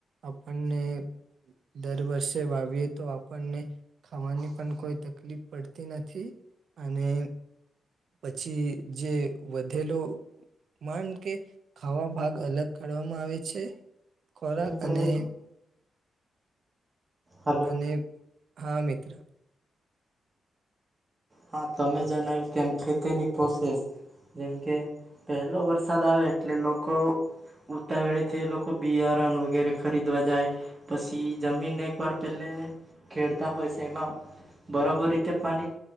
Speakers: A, on the right; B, on the right.
A: આપણને દર વર્ષે વાવીએ તો આપણને ખાવાની પણ કોઈ તકલીફ પડતી નથી અને પછી જે વધેલો ન કે ખાવા ભાગ અલગ કાઢવામાં આવે છે ખોરાક
B: મિત્ર
A: અને
B: એક હલો
A: અને હા મિત્ર
B: હા તમે જણાવ્યું તેમમ ખેતીની પ્રોસેસ જેમ કે પહેલો વરસાદ આવે એટલે લોકો ઉતાવળેથી એ લોકો બિયારણ વગેરે ખરીદવા જાય. પછી જમીન એક વાર પેલે ખેડતા હોય છે એમાં બરાબર રીતે પાણી